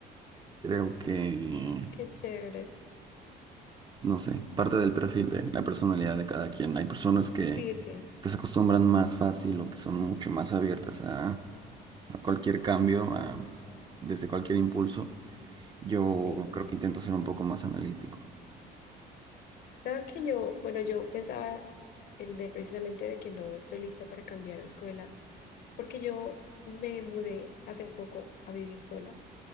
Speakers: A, on the right; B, on the left.
A: Creo que,
B: Qué chévere.
A: no sé, parte del perfil de la personalidad de cada quien. Hay personas que,
B: Sí, sí,
A: que se acostumbran más fácil o que son mucho más abiertas a, a cualquier cambio, a, desde cualquier impulso. Yo
B: sí.
A: creo que intento ser un poco más analítico.
B: Sabes que yo, bueno, yo pensaba el de precisamente de que no estoy lista para cambiar de escuela, porque yo me mudé hace poco a vivir sola